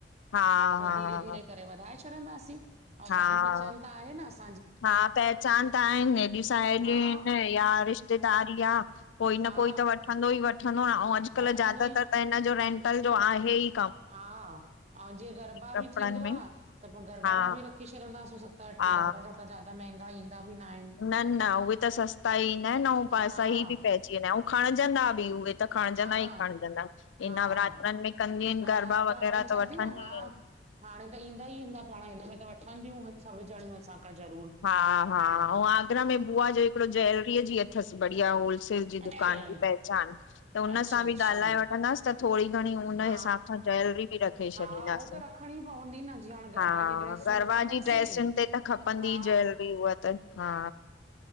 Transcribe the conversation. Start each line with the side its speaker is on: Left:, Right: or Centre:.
Left: हा हा
Right: पो धीरे धीरे करे वधाए छॾंदासीं। अऊं
Left: हा
Right: जान पहचान त आहे न असां
Left: हा पहचान त आहिनि, हेॾियूं साहेलियूं
Right: हा
Left: आहिनि या रिश्तेदारी आ। कोई
Right: हा
Left: न कोई त वठंदो ई वठंदो, अऊं अॼुकल
Right: वठंदो
Left: ज्यादातर
Right: ई
Left: त हिनजो रेंटल जो आहेई
Right: हा, औं जे गरबा
Left: कपिड़नि
Right: भी थींदो
Left: में
Right: आ, त पो गरबा
Left: हा
Right: जा भी रखी छ छॾदा सूं सत अठ,
Left: हा
Right: गरबा जा त जादा महिंगा ईंदा बि न आहिनि
Left: न न, उहे त सस्ता ई ईंदा आहिनि, औं प
Right: हा
Left: सही बि पइजी वेंदा आहिनि, औं खणजंदा बि उहे त खणजंदा
Right: हा
Left: ई खणजंदा, इ
Right: हा
Left: नवरात्रनि में कंदिंयूं इन
Right: नवरात्रा
Left: गरबा वग़ैरह,
Right: वई चवां
Left: त वठंदियूं
Right: थी न हा
Left: ई इन
Right: हाणे त ईंदा ई ईंदा, पाण हिन में त वठंदियूं सबु जणियूं असांखां ज़रूरु।
Left: हा हा, औं आगरा में बुआ जो हिकिड़ो ज्वैलरीअ जी अथस बढ़िया होल सेल जी दुकान
Right: अच्छा
Left: जी पहचान, त हुन
Right: अच्छा
Left: सां भी
Right: अच्छा
Left: ॻाल्हाए वठंदसि, त थोरी घणी हुन हिसाब
Right: हा
Left: सां ज्वेलरी बि रखे
Right: हा
Left: छॾींदासीं,
Right: हो त रखणी पवंदी न जीअं हाणे गरबा
Left: हा
Right: जी ड्रेसूं
Left: गरबा
Right: रखंदासीं
Left: जी ड्रेसुनि ते त खपंदी
Right: हा
Left: जव्लेरी उह त हा